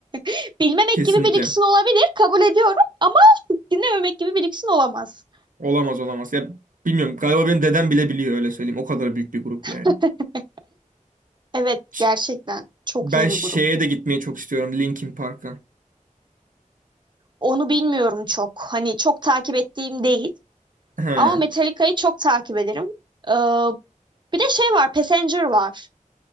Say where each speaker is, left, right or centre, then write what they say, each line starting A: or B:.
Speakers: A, on the right (about 35°); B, on the right (about 80°).
A: <laughs> Bilmemek
B: <laughs> Kesinlikle.
A: gibi bir lüksün olabilir, kabul ediyorum ama dinlememek gibi bir lüksün olamaz.
B: Olamaz olamaz. Ya bilmiyorum galiba benim dedem bile biliyor öyle söyleyeyim. O kadar büyük bir grup yani.
A: <laughs> Evet,
B: Ş-
A: gerçekten çok
B: Ben
A: iyi bir
B: şeye
A: grup.
B: de gitmeyi çok istiyorum. Linkin Park'a.
A: Onu bilmiyorum çok. Hani çok takip ettiğim değil.
B: Ha.
A: Ama Metallica'yı çok takip ederim. Ee, bir de şey var, Passenger var.